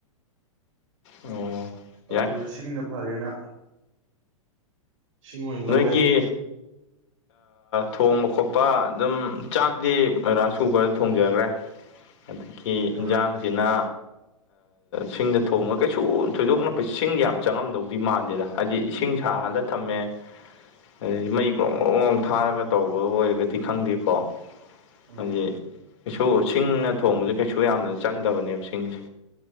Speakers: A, on the left; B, on the right.
A: ꯑꯣ ꯌꯥꯏ
B: ꯑꯗꯨꯗ ꯁꯤꯡꯅ ꯐꯔꯦꯅ ꯁꯤꯡ ꯑꯣꯏꯅ ꯂꯧꯔꯦ
A: ꯅꯣꯏꯒꯤ ꯊꯣꯡꯕ ꯈꯣꯠꯄ ꯑꯗꯨꯝ ꯆꯥꯛꯇꯤ ꯔꯥꯏꯁ ꯀꯨꯀꯔꯗ ꯊꯣꯡꯖꯈ꯭ꯔꯦ ꯑꯗꯒꯤ ꯏꯟꯁꯥꯡꯁꯤꯅ
B: ꯑꯥ
A: ꯁꯤꯡꯗ ꯊꯣꯡꯕ ꯀꯩꯁꯨ ꯊꯣꯏꯗꯣꯛꯅ ꯁꯤꯡꯒ ꯌꯥꯝ ꯆꯪꯉꯝꯗꯧꯗꯤ ꯃꯥꯟꯗꯦꯗ ꯍꯥꯏꯗꯤ ꯏꯁꯤꯡ ꯁꯥꯍꯜꯂ ꯊꯝꯃꯦ ꯑꯗꯩꯗꯤ ꯃꯩ ꯣꯡꯒ꯭ꯔꯣꯡꯒ꯭ꯔ ꯊꯥꯔꯒ ꯇꯧꯕ ꯑꯣꯏꯔꯒꯗꯤ ꯈꯪꯗꯦꯀꯣ
B: ꯎꯝ
A: ꯍꯥꯏ ꯀꯩꯁꯨ ꯁꯤꯡꯅ ꯊꯣꯡꯕꯁꯦ ꯀꯩꯁꯨ ꯌꯥꯝꯅ ꯆꯪꯗꯕꯅꯦꯕ ꯁꯤꯡꯁꯦ